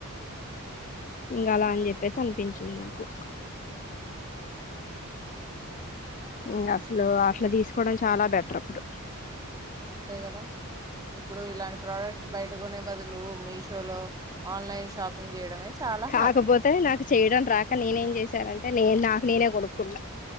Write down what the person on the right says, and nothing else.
అంతే కదా ఇప్పుడు ఇలాంటి ప్రోడక్ట్స్ బయటకునే బదులు మీషో లో ఆన్లైన్ షాపింగ్ చేయడమే చాలా
హ్యాపీ